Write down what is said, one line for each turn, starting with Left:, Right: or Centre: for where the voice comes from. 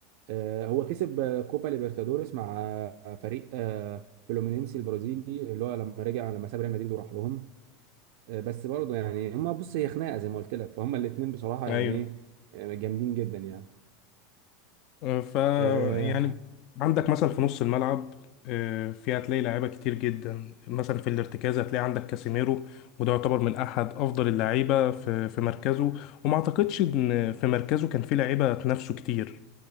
Right: آه، هو كسب آه، كوبا ليبرتادوريس مع آه، فريق آه، فلومينينسي البرازيلي اللي هو لما رجع لما ساب ريال مدريد وراح لهم آه، بس برضه يعني هما بص هي خناقه زي ما قلت لك فهم الاثنين بصراحه
Left: أيوه
Right: يعني ايه آه، جامدين جدا يعني
Left: ف
Right: آه
Left: يعني عندك مثلا في نص الملعب آه، في هتلاقي لعيبه كتير جدا مثلا في الارتكاز هتلاقي عندك كاسيميرو وده يعتبر من احد افضل اللعيبه في في مركزه وما اعتقدش ان في مركزه كان في لعيبه تنافسه كتير